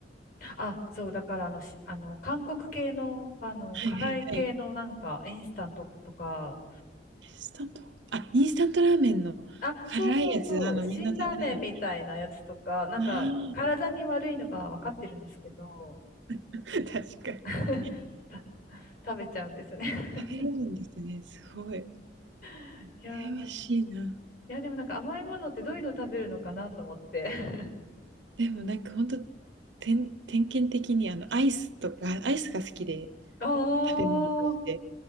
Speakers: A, on the left; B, on the right.
A: あ、そう、だからあの、しあの、韓国系の、あの、
B: はいはいはい。
A: 辛い系のなんか、インスタントとか、
B: インスタントあ、インスタントラーメンの
A: あ、そうそうそう。
B: 辛いやつ、あの、
A: 辛ラーメンみたいなやつとか、
B: みんな食べれない。
A: なんか体に悪いのが分かってるんですけど、
B: ああ、<laughs> 確かに。
A: <laughs> 食べちゃうんですよね。
B: 食べれるんですね、すごい。
A: <laughs> いやーな、
B: 羨ましいな。
A: いや、でもなんか甘いものってどういうの食べるのかなと思って。<laughs>
B: でもなんかほんと、てん点検的にあの、アイスとかアイスが好きで、
A: ああ、
B: 食べ物として。